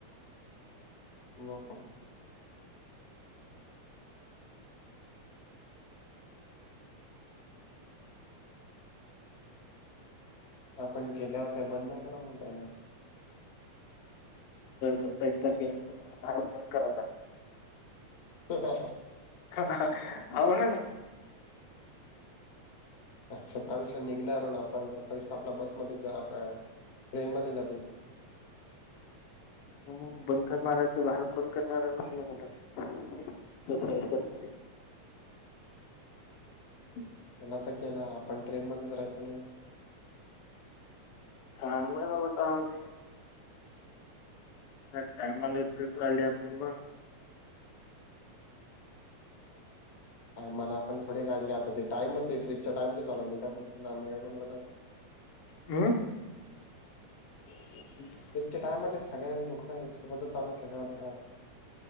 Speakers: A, on the left; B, on the left.
A: मग? आपण गेल्यावर काही बंद नाही करा म्हणतय ना.
B: सत्तावीस तारखेला भारत बंद करायला.
A: हा हा हा
B: हा हा, बोला ताई.
A: सत्तावीसला निघणार आहो ना आपण सत्तावीसला आपला बसमध्ये आ ट्रेन मध्ये जाते.
B: हम्म बंद करणार आहे तर भारत बंद करणार आहे म्हणल सत्तावीस तारखेला हम
A: केला तर केला आपण ट्रेन मध्येच राहतो ना
B: काय माहित बाबा काय होते. या टाइमाला इथुन काढली आपण‌ मग
A: मला आपण थोडे काढले आता ते टाईम ते ट्रिपच्या टाइमालेच आले मी काय तर आम्ही काय करू
B: अं <inaudible>
A: ट्रिपच्या टाइमात सगळ्या दुःख न एक्सप्लोतच चालय सगळ आता काय